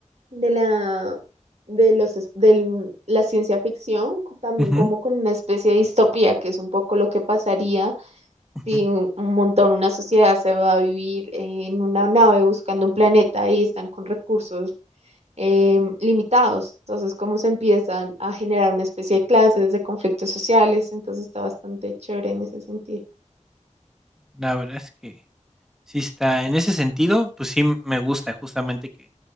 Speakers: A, on the right; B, in the centre.
A: de la, de los, es- del- la ciencia ficción, co- también
B: Ujú,
A: como con una especie de distopía, que es un poco lo que pasaría
B: ujú.
A: si un, un montón, una sociedad se va a vivir en una nave buscando un planeta y están con recursos em, limitados. Entonces, cómo se empiezan a generar una especie de clases, de conflictos sociales, entonces está bastante chévere en ese sentido.
B: La verdad es que sí está en ese sentido, pues sí me gusta justamente que,